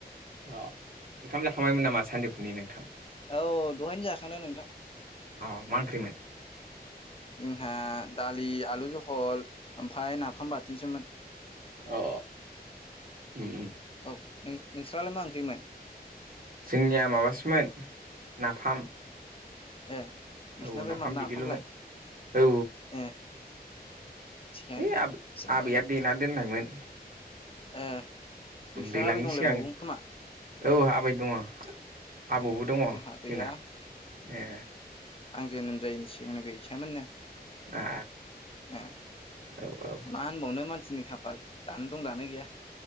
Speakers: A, on the right; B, on the left.
A: अ ओंखाम जाखांबायमोन नामा सानजौफुनि नोंथां
B: औ दहायनो जाखांदों नोंथां
A: अ मा ओंख्रिमोन
B: जोंहा दालि आलु जहल ओमफाय नाफाम बाथोनसोमोन
A: अ उम उम
B: औ नों नोंस्रालाय मा ओंख्रिमोन
A: जोंनिया माबासोमोन नाफाम
B: ए नोंसिनाबो
A: औ नाफाम बिदैल'मोन
B: नाफामलाय
A: औ
B: ए थिगानो
A: है आ
B: जानांगौ
A: आबैया देना दोननायमोन
B: ए नोंस्रा
A: दैलांनि
B: आबै दंलायबावो
A: सिगां
B: खोमा
A: औ आबै दङ आबौबो
B: ए
A: दङ
B: जोंहा गैया
A: जोंना ए
B: आं जोनोम जायैनि सिगांनो गैखायामोननो
A: ए
B: ए
A: औ औ
B: मा होनबावनो मानसिनि खाफाल दानो दं दानो गैया